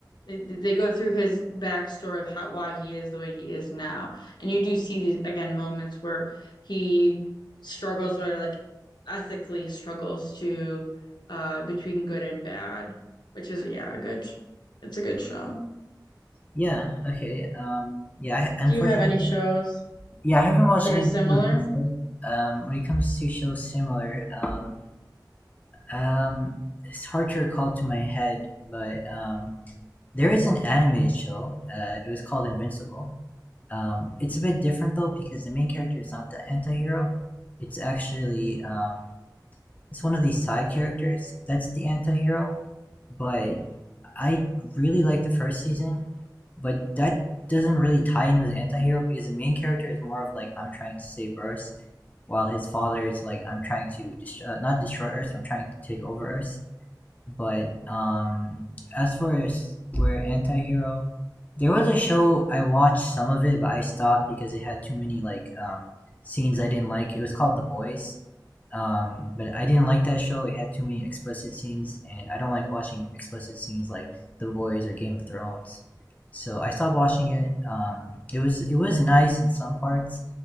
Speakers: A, on the left (about 75°); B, on the left (about 20°).
A: it- They go through his backstory of how why he is the way he is now, and you do see these again moments where he struggles with like ethically struggles to uh between good and bad, which is yeah, a good it's a good show.
B: Yeah. Okay. Um. Yeah. I, unfortunately,
A: Do you have any shows
B: yeah, I haven't watched
A: that
B: any
A: are
B: of
A: similar?
B: the shows. he's made. Um. When it comes to shows similar, um, um, it's hard to recall to my head, but um, there is an anime show. Uh, it was called Invincible. Um, it's a bit different though because the main character is not the anti-hero. It's actually um, it's one of these side characters that's the anti-hero. But I really like the first season, but that doesn't really tie in with the anti-hero because the main character is more of like I'm trying to save Earth, while his father is like I'm trying to destroy, uh, not destroy Earth, I'm trying to take over Earth. But um, as for s- where anti-hero, there was a show I watched some of it, but I stopped because it had too many like um, scenes I didn't like. It was called The Boys. Um, but I didn't like that show. It had too many explicit scenes, and I don't like watching explicit scenes like The Boys or Game of Thrones. So I stopped watching it. Um, it was it was nice in some parts.